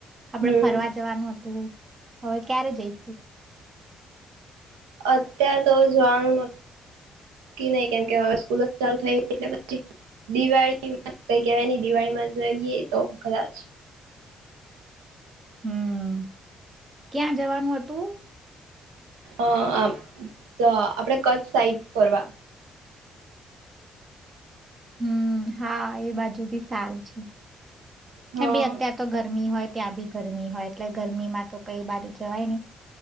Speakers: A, on the right; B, on the right.
A: આપડે
B: હમ
A: ફરવા જવાનુ અતું હવે ક્યારે જઈ
B: અત્યાર તો જવાનુ નક્કી નઈ કેમ કે અવે સ્કૂલો ચાલુ થઈ એટલે પછી દિવાળીમાં કઈ કેવાય નઈ દિવાળીમા જઈએ તો કદાચ
A: હમ્મ. ક્યાં જવાનુ અતુ?
B: અ આપ આપડે કચ્છ સાઈડ ફરવા
A: હમ હા એ બાજુ બી સારું છે.
B: હ
A: એમબી અત્યાર તો ગરમી હોય ત્યાં બી ગરમી હોય એટલે ગરમીમા તો કંઈ એ બાજુ જવાય નઈ